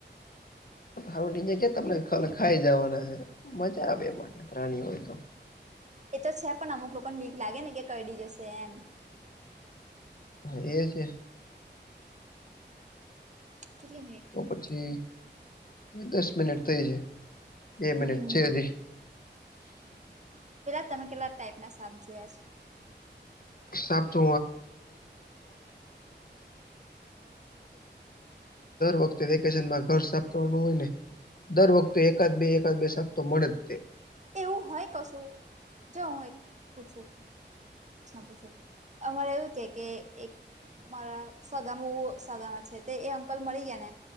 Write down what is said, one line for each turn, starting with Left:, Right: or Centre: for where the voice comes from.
Left: એ ઉડીને ક્યાં તમને ખાઈ જવાના છે મજા આવે જોવાની.
Right: એ તો છે પણ અમુક લોકોને બીક લાગે ને કે કરડી જશે એમ.
Left: હા એ છે.
Right: કેટલી મિનિટ
Left: તો
Right: થઈ
Left: પછી દસ મિનિટ થઈ છે બે મિનિટ
Right: હમ
Left: છે હજી.
Right: તમે કેટલા ટાઈપના સાપ જોયા છે?
Left: <unintelligible> દર વખતે વેકેશનમાં ઘર સાફ કરવાનું હોય ને. દર વખતે એકાદ બે એકાદ બે સાપ તો મળે જ છે.
Right: એવું હોય કશું જો હું એક પૂછું પ્રશ્ન? અમારે એવું કે કે એક મારા સગામા સગા છે તે અંકલ મરી ગયા ને